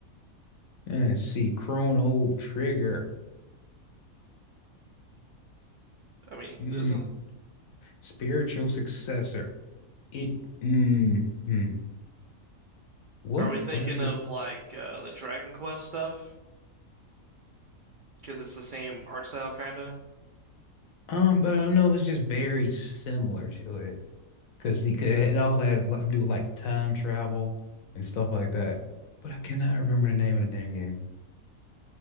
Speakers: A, on the left; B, on the right.
A: Uh, Let's see, Chrono Trigger.
B: I mean,
A: Mm,
B: isn't
A: spiritual successor. It, mm, mm. What
B: are we thinking
A: was it?
B: of like uh, the Dragon Quest stuff? Because it's the same art style, kind of.
A: Um, but I don't know. It was just very similar to it. because he could. It also has a lot to do with like time travel and stuff like that. But I cannot remember the name of the damn game.